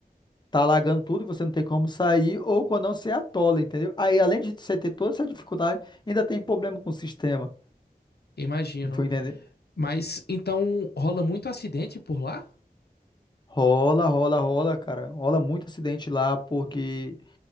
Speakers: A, on the left; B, on the left.
A: tá alagando tudo e você não tem como sair, ou quando não, você atola, entendeu? Aí, além de você ter toda essa dificuldade, ainda tem problema com o sistema,
B: Imagino.
A: tu entendeu?
B: Mas então rola muito acidente por lá?
A: Rola, rola, rola, cara. Rola muito acidente lá, porque